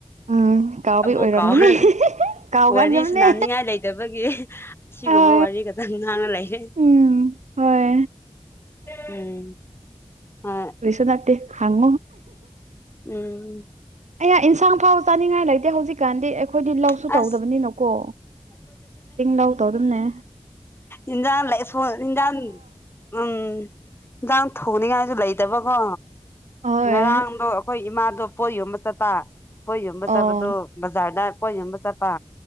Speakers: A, on the right; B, on the left.
A: ꯎꯝ ꯀꯥꯎꯕꯩ
B: ꯑꯃꯨꯛ
A: ꯑꯣꯏꯔꯝꯒꯅꯤ
B: ꯀꯥꯎꯔꯦ
A: ꯀꯥꯎꯒꯒꯨꯝꯅꯦ
B: ꯋꯥꯔꯤ ꯁꯅꯅꯤꯡꯉꯥꯏ ꯂꯩꯇꯕꯒꯤ ꯑꯁꯤꯒꯨꯝꯕ
A: ꯑ
B: ꯋꯥꯔꯤ ꯈꯛꯇꯪ ꯉꯥꯡꯉ ꯂꯩꯔꯦ
A: ꯎꯝ ꯍꯣꯏ
B: ꯎꯝ ꯍꯣꯏ
A: ꯁꯅꯥꯇꯦ ꯍꯪ
B: ꯎꯝ
A: ꯑꯩꯍ ꯏꯟꯁꯥꯡ ꯐꯥꯎꯕ ꯆꯥꯅꯤꯡꯉꯥꯏ ꯂꯩꯇꯦ ꯍꯧꯖꯤꯛꯀꯥꯟꯗꯤ ꯑꯩꯈꯣꯏꯗꯤ ꯂꯧꯁꯨ
B: ꯑꯁ
A: ꯇꯧꯗꯕꯅꯤꯅꯀꯣ ꯆꯤꯡ ꯂꯧ ꯇꯧꯔꯕꯅꯦ
B: ꯏꯟꯖ ꯂꯩ ꯁ ꯏꯟꯖ ꯎꯝ ꯏꯖ ꯊꯣꯡꯅꯤꯉ ꯁꯨ ꯂꯩꯇꯕꯀꯣ
A: ꯍꯣꯏ
B: ꯉꯔꯥꯡꯗꯣ ꯑꯩꯈꯣꯏ ꯏꯃꯥꯗꯣ ꯄꯣꯠ ꯌꯣꯟꯕ ꯆꯠꯄ ꯀꯣꯏ ꯌꯣꯟꯕ
A: ꯑꯣ
B: ꯆꯠꯄꯗꯣ ꯕꯖꯥꯔꯗ ꯀꯣꯏ ꯌꯣꯟꯕ ꯆꯠꯄ